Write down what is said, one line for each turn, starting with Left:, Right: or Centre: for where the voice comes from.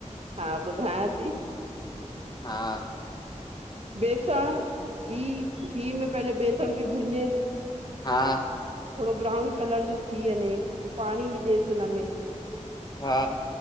Right: हा ॿुध हा थी।
Left: हा
Right: बेसण घी घी में पहले बेसण खे भुञे
Left: हा
Right: थोड़ो ब्राउन कलर जो थी वञे त पाणी विझेसि हुनमें
Left: हा